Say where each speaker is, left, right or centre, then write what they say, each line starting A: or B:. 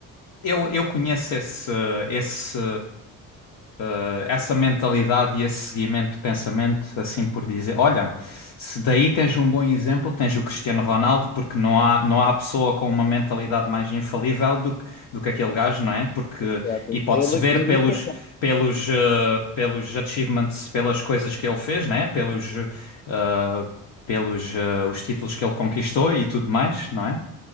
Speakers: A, on the left; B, on the left.
A: Eu, eu conheço esse, esse eh, essa mentalidade e esse seguimento de pensamento, assim por dizer. Olha, se daí tens um bom exemplo, tens o Cristiano Ronaldo, porque não há, não há pessoa com uma mentalidade mais infalível do que, do que aquele gajo, não é? Porque,
B: Exato.
A: e pode-se
B: Ele,
A: ver
B: ele
A: pelos,
B: é que
A: pelos, eh, pelos achievements, pelas coisas que ele fez, não é? Pelos, eh, pelos eh, os títulos que ele conquistou e tudo mais, não é?